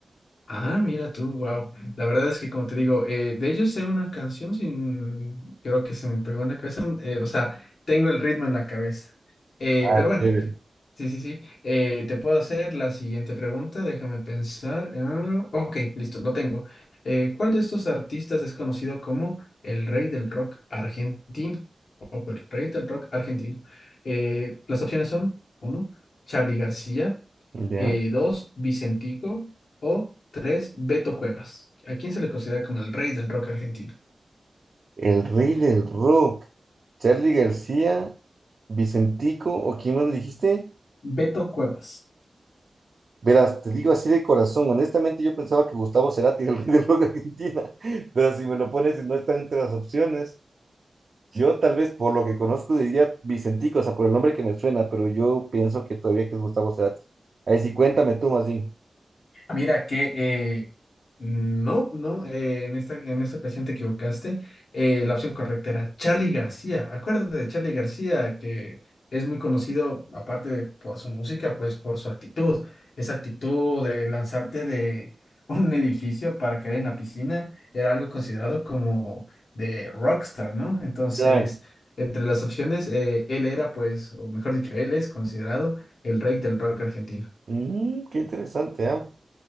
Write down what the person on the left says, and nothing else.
Ah, mira tú, wow. La verdad es que como te digo, eh, de ellos sé una canción sin, creo que se me pegó en la cabeza, eh, o sea, tengo el ritmo en la cabeza. Eh,
pero bueno,
sí, sí, sí. Eh, te puedo hacer la siguiente pregunta, déjame pensar. Ah, ok, listo, lo tengo. Eh, ¿cuál de estos artistas es conocido como el rey del rock argentino? O el rey del rock argentino. Eh, las opciones son, uno, Charly García
eh, dos, Vicentico o tres, Beto Cuevas. ¿A quién se le considera como el rey del rock argentino?
Beto Cuevas.
Mira que eh, no, no, eh, en esta, en esta ocasión te equivocaste. Eh, la opción correcta era Charly García. Acuérdate de Charly García, que es muy conocido, aparte de por su música, pues por su actitud. Esa actitud de lanzarte de <laughs> un edificio para caer en la piscina era algo considerado como de rockstar, ¿no? Entonces,
entre las opciones, eh, él era, pues, o mejor dicho, él es considerado el rey del rock argentino.